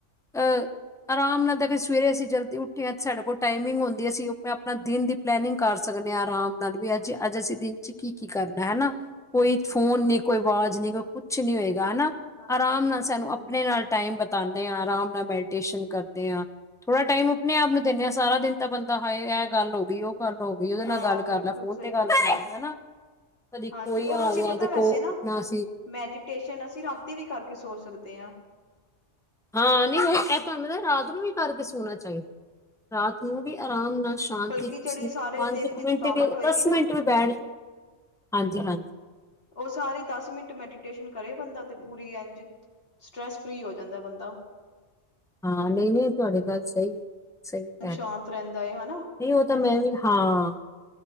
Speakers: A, in the centre; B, on the left.
A: ਅਹ ਆਰਾਮ ਨਾਲ ਤਾਂ ਸਵੇਰੇ ਅਸੀਂ ਜਲਦੀ ਉੱਠੀ ਆ, ਸਾਡੇ ਕੋਲ ਟਾਈਮਿੰਗ ਹੁੰਦੀ, ਅਸੀਂ ਆਪ ਆਪਣਾ ਦਿਨ ਦੀ ਪਲੈਨਿੰਗ ਕਰ ਸਕਦੇ ਹਾਂ, ਆਰਾਮ ਨਾਲ ਵੀ ਅੱਜ-ਅੱਜ ਅਸੀਂ ਦਿਨ ਚ ਕੀ -ਕੀ ਕਰਨਾ ਹਨਾ। ਕੋਈ ਫੋਨ
B: ਬਿਲਕੁਲ
A: ਨੀ, ਕੋਈ
B: ਸਹੀ
A: ਆਵਾਜ਼ ਨੀ, ਕੋਈ ਕੁਛ ਨੀ ਹੋਏਗਾ ਹਨਾ,
B: ਹਾਂਜੀ
A: ਆਰਾਮ
B: ਬਿਲਕੁਲ
A: ਨਾਲ ਸਾਨੂੰ ਆਪਣੇ ਨਾਲ ਟਾਈਮ ਬਤਾਨੇ ਹਾਂ, ਆਰਾਮ ਨਾਲ ਮੈਡੀਟੇਸ਼ਨ ਕਰਦੇ ਹਾਂ। ਥੋੜਾ ਟਾਈਮ ਆਪਣੇ ਆਪ ਨੂੰ ਦਿੰਦੇ ਹਾਂ, ਸਾਰਾ ਦਿਨ ਤਾਂ ਬੰਦਾ ਹਾਏ, ਐਹ ਗੱਲ ਹੋ ਗਈ। ਉਹ ਗੱਲ ਹੋ ਗਈ, ਓਦੇ ਨਾਲ
B: ਹਾਂ
A: ਗੱਲ
B: ਬਿਲਕੁਲ
A: ਕਰ ਲੈ, ਫੋਨ
B: ਸਹੀ
A: ਤੇ ਗੱਲ ਕਰ
B: ਹੈ
A: ਹਨਾ। ਕਦੀ ਕੋਈ
B: ਹਾਂਜੀ ਔਰ
A: ਆ
B: ਅਸੀਂ
A: ਗਿਆ
B: ਪਤਾ
A: ਦੇਖੋ,
B: ਵੈਸੇ ਨਾ
A: ਆਪਣਾ ਅਸੀਂ
B: ਮੈਡੀਟੇਸ਼ਨ, ਅਸੀਂ ਰਾਤੀ ਵੀ ਕਰਕੇ ਸੋ ਸਕਦੇ ਹਾਂ।
A: ਹਾਂ, ਨਈ ਓ ਐਹ ਤੁਹਾਨੂੰ ਰਾਤ ਨੂੰ ਵੀ ਕਰਕੇ ਸੋਣਾ ਚਾਹੀਦਾ, ਰਾਤ ਨੂੰ ਵੀ ਆਰਾਮ ਨਾਲ ਸ਼ਾਂਤੀ,
B: ਬਲਕਿ
A: ਤੁਸੀਂ
B: ਜਿਹੜੀ ਸਾਰੇ
A: ਪੰਜ
B: ਦਿਨ ਦੀ
A: ਮਿੰਟ
B: ਥਕਾਵਟ
A: ਵੀ
B: ਹੋਏਗੀ
A: ਦਸ
B: ਨਾ
A: ਮਿੰਟ ਵੀ ਬੈਠ ਜੋ। ਹਾਂਜੀ -ਹਾਂਜੀ
B: ਓ ਸਾਰੇ ਦਸ ਮਿੰਟ ਮੈਡੀਟੇਸ਼ਨ ਕਰੇ, ਬੰਦਾ ਤੇ ਪੂਰੀ ਐਂਜ ਸਟਰ੍ਰੈਸ ਫਰੀ ਹੋ ਜਾਂਦਾ ਬੰਦਾ।
A: ਹਾਂ, ਨਹੀਂ-ਨਹੀਂ ਤੁਹਾਡੇ ਗੱਲ ਸਹੀ ਹੈ। ਸਹੀ ਕਹਿ
B: ਮਨ ਸ਼ਾਂਤ
A: ਰਹੇ ਹੋ
B: ਰੈਂਦਾ ਏ ਹਨਾ।
A: ਨਹੀਂ, ਓਤਾਂ ਮੈਂ ਵੀ ਹਾਂ,